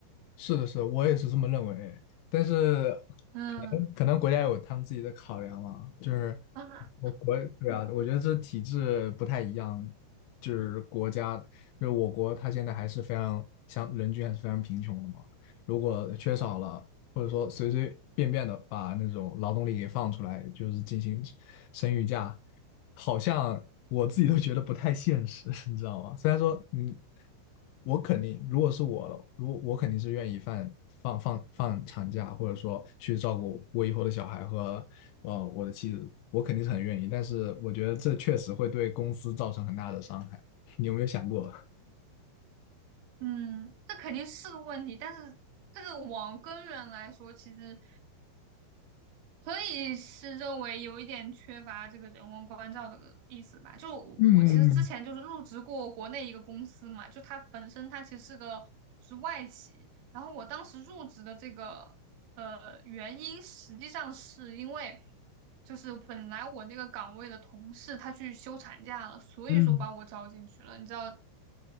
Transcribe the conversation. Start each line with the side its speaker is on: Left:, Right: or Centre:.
Left: 是的，是的，我也是这么认为。但是
Right: 嗯。
Left: 可能可能国家有他们自己的考量嘛，就是
Right: <laughs>
Left: 我国对啊，我觉得这体制不太一样，就是国家就是我国，它现在还是非常像人均还是非常贫穷的嘛。如果缺少了，或者说随随便便的把那种劳动力给放出来，就是进行生育假，好像我自己都觉得不太现实，你知道吗？虽然说，嗯。我肯定，如果是我了，如果我肯定是愿意放放放放长假，或者说去照顾我以后的小孩和呃我的妻子，我肯定是很愿意。但是我觉得这确实会对公司造成很大的伤害。你有没有想过？
Right: 嗯，这肯定是个问题，但是这个往根源来说，其实可以是认为有一点缺乏这个人文关照的意思吧。就我我其实之前就是入职过国内一个公司嘛，
Left: 嗯嗯
Right: 就它本身它其实是个是外企，然后我当时入职的这个呃原因，实际上是因为就是本来我那个岗位的同事他去休产假了，所以说把我招进去了，
Left: 嗯，
Right: 你知道。